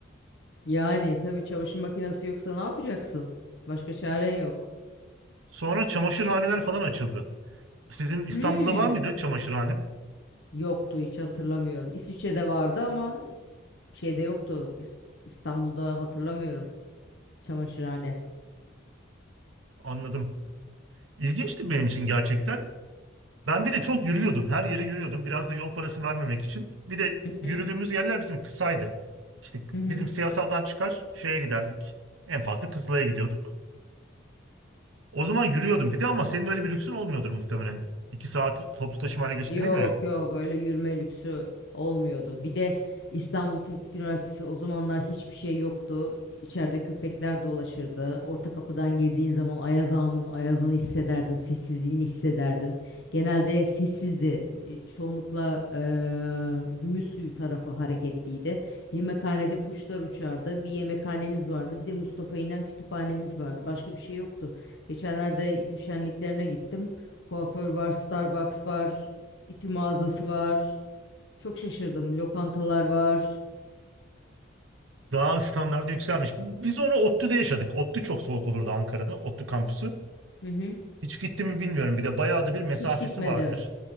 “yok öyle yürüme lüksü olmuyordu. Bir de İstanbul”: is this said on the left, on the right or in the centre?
Left